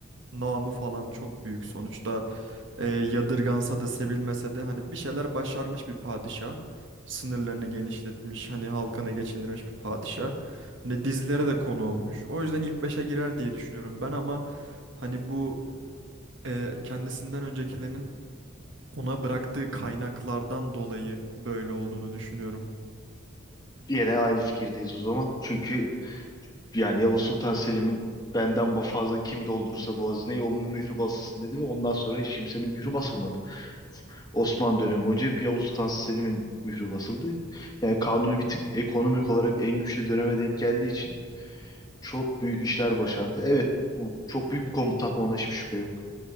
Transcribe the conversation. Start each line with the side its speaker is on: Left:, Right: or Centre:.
Right: namı falan çok büyük. Sonuçta e, yadırgansa da sevilmese de hani bir şeyler başarmış bir padişah. Sınırlarını genişletmiş, hani halkını geçindirmiş bir padişah. Hani dizilere de konu olmuş. O yüzden ilk beşe girer diye düşünüyorum ben ama hani bu e, kendisinden öncekilerin ona bıraktığı kaynaklardan dolayı böyle olduğunu düşünüyorum.
Left: Yine aynı fikirdeyiz o zaman. Çünkü yani Yavuz Sultan Selim'in benden ba- fazla kim doldurursa bu hazineyi onun mührü basılsın dedi ve ondan sonra hiç kimsenin mührü basılmadı. Osmanlı dönemi boyunca hep Yavuz Sultan Selim'in mührü basıldı. Yani Kanuni bir tık ekonomik olarak en güçlü döneme denk geldiği için çok büyük işler başardı. Evet bu çok büyük bir komutan ona hiçbir şüphe yok.